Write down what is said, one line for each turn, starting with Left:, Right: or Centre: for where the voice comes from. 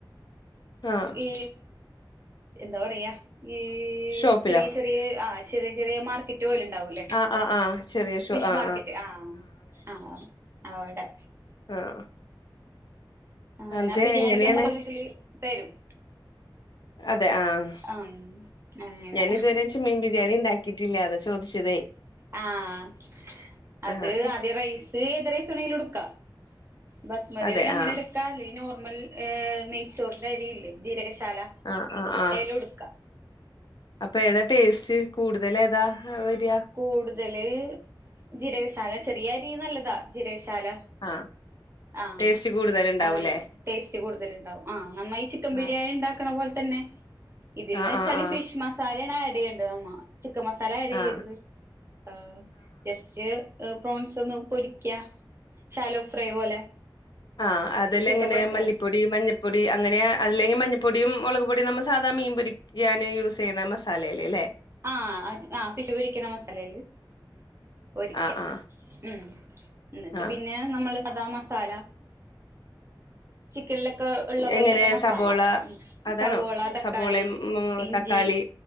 Left: ആഹ്
Right: ഈ എന്താ പറയാ ഈ
Left: ഷോപ്പിലോ
Right: ചെറിയ. ആഹ് ചെറിയ ചെറിയ മാർക്കറ്റ്. റ്റ് പോലെ ഉണ്ടാവൂല്ലേ
Left: ആഹ് ആഹ് ആഹ് ചെറിയ ഷോ
Right: ഫിഷ്
Left: ആഹ്
Right: മാർക്കറ്റ് ആഹ് ആഹ് അവിടെ.
Left: ആഹ്
Right: അങ്ങനെ
Left: എന്നിട്ട്
Right: ബിരിയാണിക്ക്
Left: എങ്ങനെയാണ്
Right: അങ്ങനെ ഇതില് തരും.
Left: അതെ ആഹ്
Right: ഉം അങ്ങനെ
Left: ഞാൻ ഇതുവരെ ചെമീൻ ബിരിയാണി ഇണ്ടാക്കി. ട്ടില്ല അതോ ചോദിച്ചതേ?
Right: ആഹ് അത്
Left: ആഹ്
Right: ആദ്യം റൈസ് എത് റൈസ് വേണേൽ എടുക്കാ. ബസ്മതി
Left: അതെ
Right: വേണെങ്കി അങ്ങനെ
Left: ആഹ്
Right: എടുക്കാ ഈ നോർമൽ ഏഹ് നെയ്ച്ചോറിന്റെ അരിയില്ലേ ജീരകശാല.
Left: ആഹ് ആഹ് ആഹ്
Right: അതുടുക്ക.
Left: അപ്പൊ ഏതാ ടേസ്റ്റ് കൂടുതൽ ഏതാ വരാ?
Right: കൂടുതല് ജീരകശാല ചെറിയ അരീ നല്ലതാ ജീരകശാല.
Left: ആഹ്
Right: ആഹ്
Left: ടേസ്റ്റ് കൂടുതല്ണ്ടാവൂലേ
Right: അതാണ് ടേസ്റ്റ് കൂടുതൽ ഇണ്ടാവും ആഹ് നമ്മ ഈ ചിക്കൻ ബിരിയാണി
Left: ആഹ്
Right: ഇണ്ടാക്കണ പോലെ തന്നെ. ഇതിൽന്ന്
Left: ആഹ്
Right: വെച്ചാല്
Left: ആഹ് ആഹ്
Right: ഫിഷ് മസ് മസാലണ് ആഡ് ചെയ്യേണ്ടത് അമ്മ ചിക്കൻ മസാല ആഡ് ചെയ്യരുത്
Left: ആഹ്
Right: ആഹ് ജസ്റ്റ് പ്രോൺസ് ഒന്ന് പൊരിക്ക ശാലോ ഫ്രൈ പോലെ
Left: ആഹ് അതില്
Right: ചിക്കൻ
Left: എങ്ങനെ
Right: പൊരിക്കണ
Left: മല്ലി പ്പൊടി മഞ്ഞപ്പൊടി അങ്ങനെ അല്ലങ്കി മഞ്ഞ പ്പൊടിയും മൊളക് പ്പൊടിയും നമ്മ സാധാ മീൻ പൊരിക്കും യ്ക്കാൻ യൂസ് ചെയ്യുന്ന മസാലെല് ല്ലേ
Right: ആഹ് ആഹ് ഫിഷ് പൊരിക്കണ മസാലയില് പൊരിക്ക
Left: ആഹ് ആഹ്
Right: ഉം എന്നിട്ട്
Left: ആഹ്
Right: പിന്നെ നമ്മള് സദാ മസാല ചിക്കനിലൊക്കെ ഉള്ള പോലെ
Left: എങ്ങനെ
Right: തന്നെ മസാല
Left: സബോള അതാണോ
Right: സവോള തക്കാളി
Left: സബോളയും ഉം
Right: ഇഞ്ചി
Left: തക്കാളി